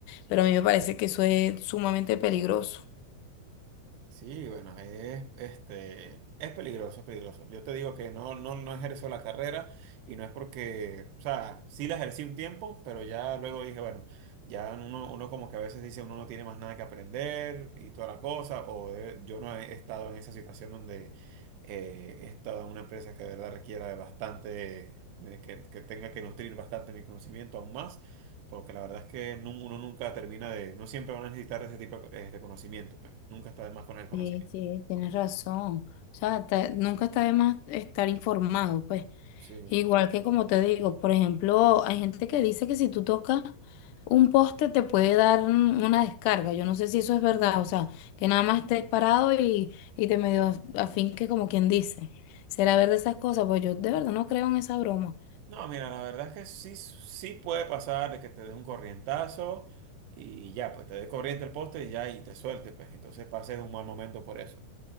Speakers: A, on the left; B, on the right.
A: Pero a mí me parece que eso es sumamente peligroso.
B: Sí, bueno, es, este, es peligroso, es peligroso. Yo te digo que no, no, no ejerzo la carrera y no es porque, o sea, sí la ejercí un tiempo, pero ya luego dije, bueno, ya uno, uno como que a veces dice uno no tiene más nada que aprender y toda la cosa, o de- yo no he estado en esa situación donde eh, he estado en una empresa que de verdad requiera de bastante, de que, que tenga que nutrir bastante mi conocimiento aún más. Porque la verdad es que nu- uno nunca termina de, no siempre van a necesitar ese tipo de, eh, de conocimiento, pues. Nunca está de más con el conocimiento.
A: Sí, sí, tienes razón. O sea, ta- nunca está de más estar informado, pues.
B: Sí,
A: Igual que como te digo, por ejemplo, hay gente que dice que si tú tocas un poste te puede dar un- una descarga. Yo no sé si eso es verdad, o sea, que nada más estés parado y, y te medio afinques como quien dice. ¿Será verdad esas cosas? Pues yo de verdad no creo en esa broma.
B: No, mira, la verdad es que sí, sí puede pasar de que te dé un corrientazo y ya, pues te dé corriente el poste y ya, y te suelte, pues. Entonces pases un mal momento por eso.